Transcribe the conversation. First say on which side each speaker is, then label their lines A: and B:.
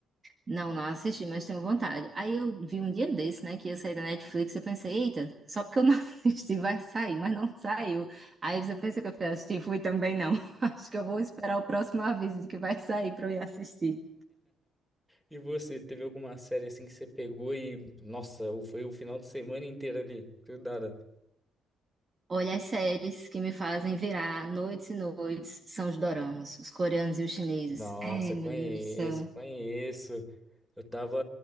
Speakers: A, on the right; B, in the centre.
A: Não, não assisti, mas tenho vontade. Aí eu vi um dia desse, né, que ia sair da Netflix, eu pensei, eita, só porque eu não <laughs> assisti vai sair, mas não saiu. Aí você pensa que eu fui assistir, fui também não. <laughs> Acho que eu vou esperar o próximo aviso de que vai sair pra eu ir assistir.
B: E você, teve alguma série assim que você pegou e, nossa, o- foi o final de semana inteiro ali, grudada?
A: Olha, as séries que me fazem virar noites e noites são os doramas, os coreanos e os chineses.
B: Nossa,
A: Ai, meu
B: conheço,
A: Deus do céu.
B: conheço. Eu tava